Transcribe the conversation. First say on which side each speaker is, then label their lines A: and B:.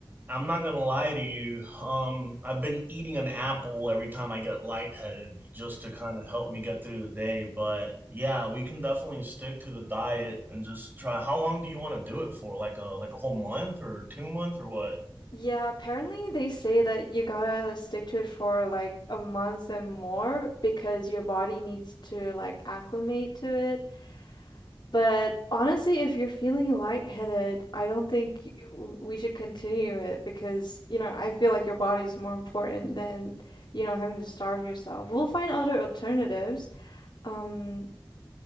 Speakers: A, on the right; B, on the left.
A: I'm not gonna lie to you. Um, I've been eating an apple every time I get lightheaded just to kind of help me get through the day. But yeah, we can definitely stick to the diet and just try. How long do you want to do it for? Like a like a whole month or two month or what?
B: Yeah, apparently they say that you gotta stick to it for like a month and more because your body needs to like acclimate to it. But honestly, if you're feeling lightheaded, I don't think we should continue it because, you know, I feel like your body's more important than, you know, having to starve yourself. We'll find other alternatives. Um,